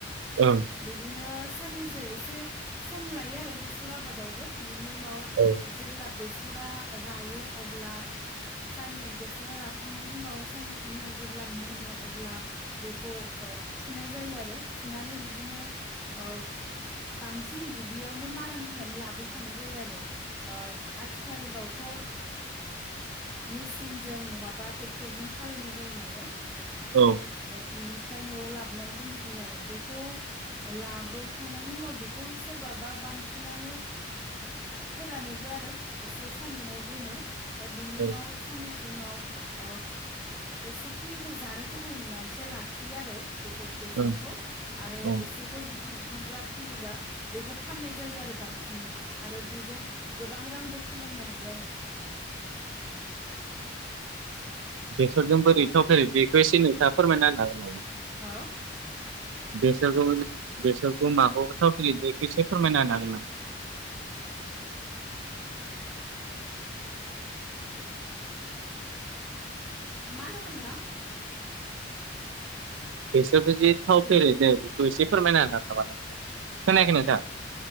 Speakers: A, on the right; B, in the centre.
A: औ
B: बिदिनो साननैसो एसे सम लायो आरो बेसर आबादावबो बिनि उनाव
A: औ ओं औ
B: जेब्ला बेसरा रायो अब्ला सान बेसर सिुरा राखांनायनि उनाव साननैसोनि उनाव जेब्ला मोनो अब्ला बेखौ फुनाय जायो आरो फुनानै बिदिनो औ बांसिन दुब्लियावनो मारान होनानै लाबोखानाय जायो आरो। ओ आथिखालावथ' ओ मेचिन जों नङाबा ट्रेक्टरजों हालेवनाय जायो नालाय।
A: औ।
B: ओमफ्रय बिनिफ्राय न'आव लाबोनानै दोनफैयो आरो बेखौ। लाबोखांनायनि उनाव बेखौ सोरबाबा बांसिनानो फोरानोबो आरो एसे सानदुंङाव दोनो ओमफ्राय बिनि उनाव
A: औ
B: साननैसो जनाव ओ एसेखिनिखौ जानो थाखाय मानसिया लाखियो आरो। बेखौ बेसरखौ
A: ओं
B: आरो
A: औ
B: एसे खौ जुदि बुरजा फैयोबा बेखौ फाननाय जायो आरो बांसिन नोंथां आरो बेजों गोबां रांबो खामायनो हायो आरो।
A: बेसरजों बोरै
B: अ
A: थावफेरेदो बेखौ एसे नोंथाङा फोरमायना होनो हागोन नामा?
B: हो
A: बेसरखौ बेसरखौ माखौ थाव फेरेदनायखौ एसे फोरमायना होनो हागोन ना?
B: मा होन्दोंमोन नोंथां?
A: बेसरखौ जि थाव
B: हेल'
A: फेरेदो
B: नोंथां
A: बेखौ एसे फोरमायना होना हागोन नामा नोंथाङा खोनायाखै
B: औ
A: नोंथां?